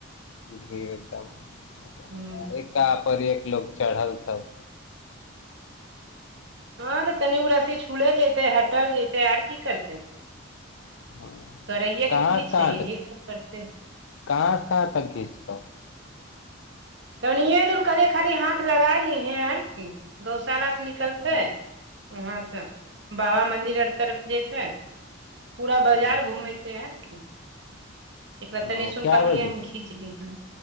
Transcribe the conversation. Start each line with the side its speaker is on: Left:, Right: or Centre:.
Left: भीर एकदम
Right: हूं
Left: एका पर एक लोक चढ़ल सब
Right: हँ तऽ तनि उ रस्सी छुले जैतै हटल जैतै आर की करतै
Left: हाँ,
Right: करैये
Left: कहाँ
Right: के की
Left: से
Right: छै
Left: कहाँ
Right: येहे
Left: तक
Right: सब करतै
Left: कहाँ से कहाँ तक घीचतौ
Right: तनिए दूर कहलियै खाली हाथ लगाय लिहें आर की गौशाला से निकलते
Left: हूँ
Right: उहाँ से बाबा मंन्दिर आर तरफ जैतै पूरा बाजार
Left: हूँ
Right: घुमेतेै आर की एकरा तनी
Left: ओ
Right: सुन
Left: कए
Right: कहलियै
Left: बजेसँ
Right: हन घीच दिहें